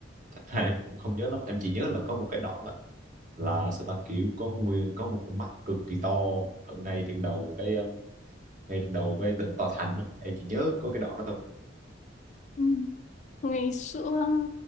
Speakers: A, on the right; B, on the left.
A: thật ra em cũng không nhớ lắm em chỉ nhớ là có một cái đoạn á, là sao ta kiểu có nguyên có một con mắt cực kỳ to ở ngay trên đầu cái ờ, ngay trên đầu cái đỉnh tòa thành á. em chỉ nhớ có cái đoạn đó thôi
B: Ừ. Ngày xưa